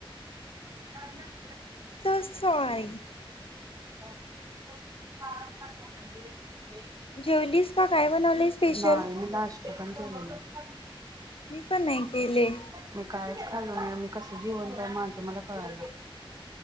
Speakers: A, on the right; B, on the left.
A: <inaudible>
B: <unintelligible>
A: <unintelligible>
B: जेवलीस का काय बनवले स्पेशल.
A: नाही <unintelligible>
B: मी पण नाही केले.
A: मी कायच खाल्लो नाही मी कसं जीवन काय माझं मला <unintelligible>